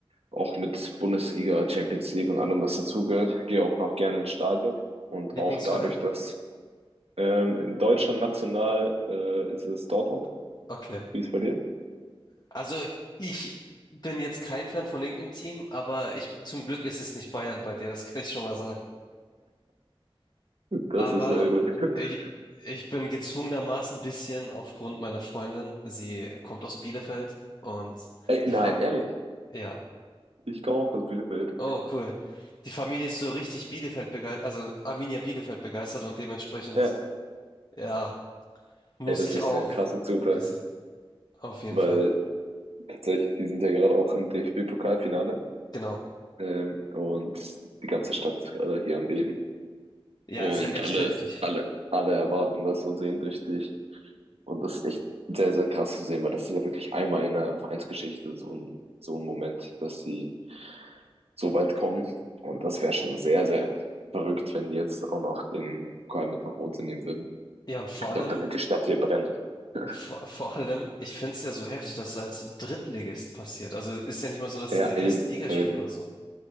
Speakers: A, on the right (about 85°); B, on the left (about 40°).
A: auch mit Bundesliga, Champions League und allem, was dazugehört. Gehe auch noch gerne ins Stadion und
B: Lieblingsverein?
A: auch dadurch, dass ähm, in Deutschland national äh, ist es Dortmund.
B: Okay.
A: Wie ist es bei dir?
B: Also ich bin jetzt kein Fan von irgendeinem Team, aber ich zum Glück ist es nicht Bayern bei dir, das <laughs> kann ich schon mal sagen.
A: Das
B: Aber
A: ist sehr gut. <laughs>
B: ich, ich bin gezwungenermaßen ein bisschen aufgrund meiner Freundin. Sie kommt aus Bielefeld und
A: Ey,
B: die
A: nein,
B: Familie,
A: ehrlich,
B: ja,
A: ich komme auch aus Bielefeld.
B: oh cool. Die Familie ist so richtig Bielefeld begeistert, also Arminia Bielefeld begeistert und dementsprechend,
A: Ja.
B: ja, muss
A: Ey, das
B: ich
A: ist
B: auch
A: ja ein krasser Zufall,
B: ein bisschen, auf jeden
A: weil
B: Fall.
A: tatsächlich, die sind ja gerade auch im DFB-Pokalfinale,
B: Genau.
A: ähm, und die ganze Stadt ist gerade hier am Beben.
B: Ja,
A: Und
B: ist ja echt
A: alle,
B: heftig.
A: alle, alle erwarten das so sehnsüchtig. Und das ist echt sehr, sehr krass zu sehen, weil das ist ja wirklich einmal in der Vereinsgeschichte so ein, so ein Moment, dass sie so weit kommen. Und das wäre schon sehr, sehr verrückt, wenn die jetzt auch noch den Pokal mit nach Hause nehmen würden.
B: Ja, und vor
A: Ich
B: allem,
A: glaube, dann wird die Stadt hier brennen. <laughs>
B: vor, vor allem, ich finde es ja so heftig, dass es als Drittligist passiert. Also ist ja nicht mal so, dass
A: Ja,
B: die in der
A: eben,
B: ersten Liga spielen
A: eben.
B: oder so.